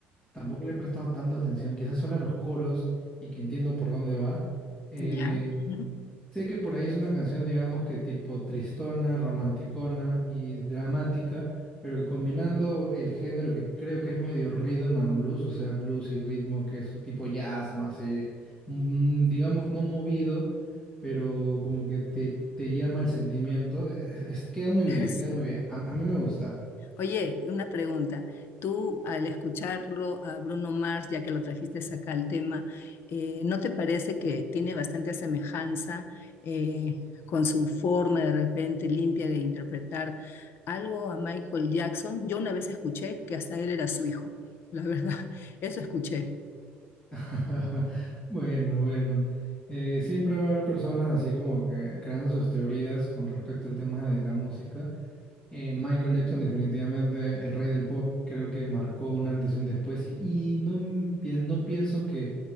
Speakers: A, on the left; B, on the left.
A: tampoco le he prestado tanta atención, quizás solo a los coros y que entiendo por dónde va. Eh,
B: Ya. Ujú.
A: Sé que por ahí es una canción, digamos que tipo tristona, romanticona y dramática, pero que combinando el género que creo que es medio rhythm and blues, o sea, blues y ritmo, que es un tipo jazz, ¿no? Así, mm, digamos, no movido, pero como que te, te llama el sentimiento. Es- es- queda muy
B: <laughs>
A: bien, queda
B: Sí.
A: muy bien. A, a mí me gusta.
B: Oye, una pregunta. Tú al escucharlo a Bruno Mars, ya que lo trajiste acá al tema, eh, ¿no te parece que tiene bastante semejanza eh, con su forma de repente limpia de interpretar algo a Michael Jackson? Yo una vez escuché que hasta él era su hijo, la verdad, <laughs> eso escuché.
A: <laughs> Bueno, bueno. Eh, siempre va a haber personas así como que creando sus teorías con respecto al tema de la música. Eh, Michael Jackson definitivamente el rey del pop, creo que marcó un antes y un después y, y no, m- pien- no pienso que,